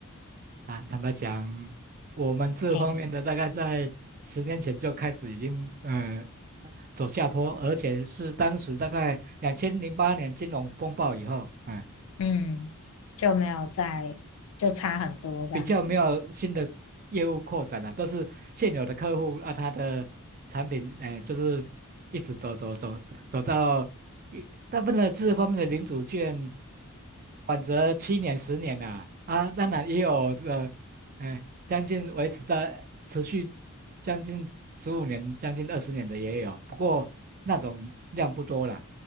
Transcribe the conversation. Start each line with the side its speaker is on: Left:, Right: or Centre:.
Right: 啊。坦白讲，我们这方面的大概在十年前就开始已经呃
Left: 嘿，
Right: 走下坡，而且是当时大概两千零八年金融风暴以后，嗯。
Left: 嗯，就没有在，就差很多这样。
Right: 比较没有新的业务扩展了、都是现有的客户啊，他的产品，哎，就是一直走走走走到一大部分的这方面的领主券，缓则七年十年啦、啊，啊当然也有呃，哎，将近维持的持续将近十五年、将近二十年的也有，不过那种量不多啦，